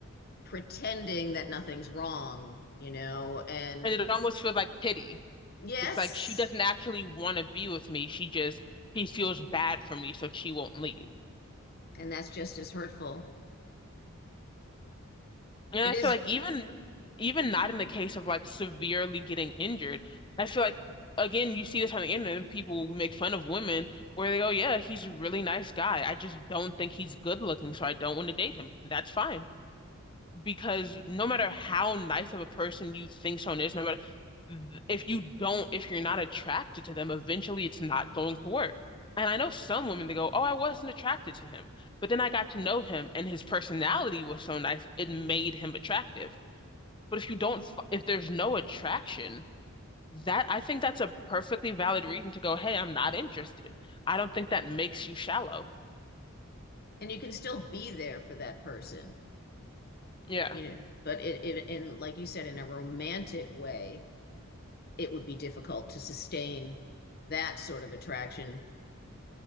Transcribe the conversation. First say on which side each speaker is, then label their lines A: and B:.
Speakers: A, on the left (about 45°); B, on the left (about 20°).
A: pretending that nothing's wrong, you know, and
B: And it almost feels like pity.
A: yes,
B: It's like she doesn't actually want to be with me. She just, she feels bad for me, so she won't leave.
A: and that's just as hurtful.
B: And
A: It
B: I
A: is,
B: feel like even even not in the case of like severely getting injured, I feel like again you see this on the internet and people make fun of women where they go, yeah, he's a really nice guy. I just don't think he's good looking, so I don't want to date him. That's fine. Because no matter how nice of a person you think someone is, no matter if you don't, if you're not attracted to them, eventually it's not going to work. And I know some women that go, oh, I wasn't attracted to him. But then I got to know him and his personality was so nice, it made him attractive. But if you don't, f- if there's no attraction, that I think that's a perfectly valid reason to go, hey, I'm not interested. I don't think that makes you shallow.
A: and you can still be there for that person.
B: Yeah.
A: you know, but it, it in like you said, in a romantic way, it would be difficult to sustain that sort of attraction